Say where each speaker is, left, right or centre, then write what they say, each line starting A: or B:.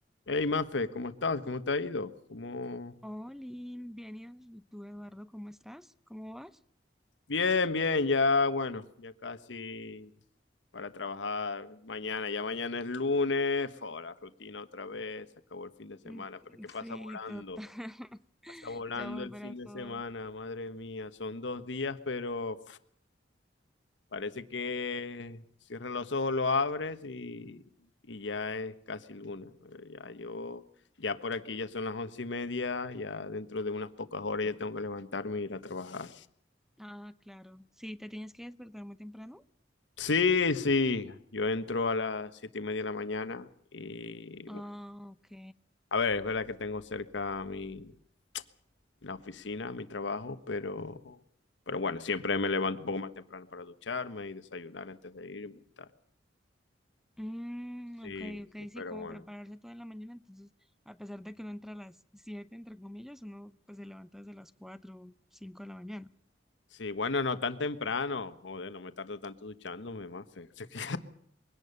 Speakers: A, on the left; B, in the centre.
A: Hey, Mafe, ¿cómo estás? ¿Cómo te ha ido? ¿Cómo...
B: Hola, bien, ¿y y tú, Eduardo, cómo estás? ¿Cómo vas?
A: Bien, bien, ya, bueno, ya casi para trabajar mañana. Ya mañana es lunes, fo, la rutina otra vez, se acabó el fin de semana,
B: Mm, mm,
A: pero es que
B: Sí,
A: pasa volando,
B: total. <laughs>
A: pasa volando
B: Ya volverá
A: el fin
B: todo.
A: de semana, madre mía, son dos días, pero Parece que cierras los ojos, lo abres y, y ya es casi luna. Eh, Ya yo, ya por aquí ya son las once y media, ya dentro de unas pocas horas ya tengo que levantarme e ir a trabajar.
B: Ah, claro. Sí, ¿te tienes que despertar muy temprano?
A: Sí, sí, yo entro a las siete y media de la mañana y
B: Ah,
A: bueno,
B: ok.
A: a ver, es verdad que tengo cerca mi, la oficina, mi trabajo, pero, pero bueno, siempre me levanto un poco más temprano para ducharme y desayunar antes de irme y tal.
B: Mm,
A: Sí,
B: ok, ok,
A: sí,
B: sí,
A: pero
B: como
A: bueno.
B: prepararse toda la mañana. Entonces, a pesar de que uno entra a las 7 entre comillas, uno pues se levanta desde las 4 o 5 de la mañana,
A: Sí, bueno, no tan temprano. Joder, no me tardo tanto duchándome, mafe. <laughs> O sea que-